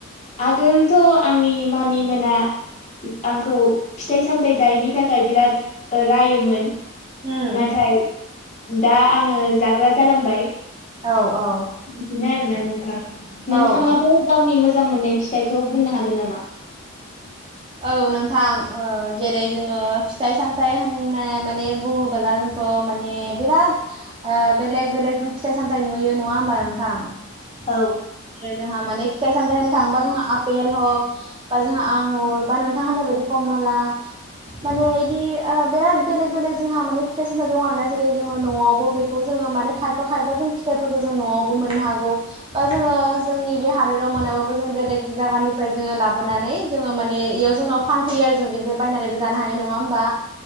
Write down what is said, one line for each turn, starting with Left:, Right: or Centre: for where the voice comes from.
Left: आगोलथ' आंनि मामि मोना आंखौ फिथाइ-सामथाय जायनि थाखाय बिराद रोयोमोन
Right: उम
Left: नाथाय दा आङो जा ग्रा जालांबाय।
Right: औ औ
Left: बिदिनो आरोना नोंथां।
Right: औ
Left: नोंथाङाबो
Right: औ
Left: गावनि मोजां मोननाय फि थाइखौ बुंनो हागोन नामा?
Right: औ नोंथां ओ जेरै जोङो फिथाइ सामथाइ होननाय माने बुङोबोला जोंथ' ओ माने बिराद ओ बेलेग बेलेकजों फिथाइ सामथाइ नुयो नङा होमबा नोंथां?
Left: औ
Right: <unintelligible> माने फिथाइ सामथाइ होनो थाङोबा जोंहा आपेल हक बा जोंहा आंगुर बा नोंथां होननाय बायदि कमला माने इदि ओ बिराद बेलेग बेलेग जोंहा माने फिथाइ सामथाइ दं आरो ना जेरै जोङो न'आवबो बेखौ जोङो <unintelligible> खायफा खायफा जों फिथायफोरखौ जों नआवबो मोननो हौगौ बा जोङो जोंनि बे हादोराव मोनाबाबो जों बेलेग जायगानिफ्राय जोङो लाबोनानै जोङो माने इयाव जों फानफैयो आरो जों बिनिफ्राय बायनानैबो जानो हायो नङा होमबा?